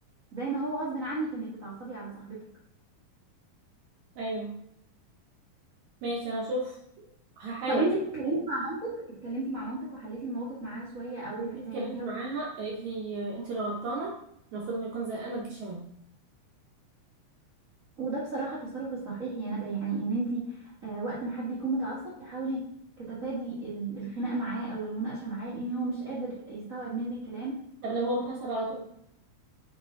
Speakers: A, on the right; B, on the right.
A: زي ما هو غصب عنك انك تتعصبي على صاحبتك
B: أيوه ماشي أنا أشوف هحاول
A: طب انت اتكلمتي مع مامتك اتكلمتي مع مامتك وحليتي الموقف معاها شوية او
B: جيت
A: ه- فهمتيها
B: اتكلمت معاها قالت لي أنت اللي غلطانة المفروض ما يكون زهقان ما تجيش هنا
A: وده بصراحة التصرف الصحيح يا ندى يعني ان انت آه وقت ما حد يكون متعصب تحاولي تتفادي ال- الخناق معاه او المناقشة معاه لان هو مش قادر يستوعب منك كلام
B: طب لو هو متعصب على طول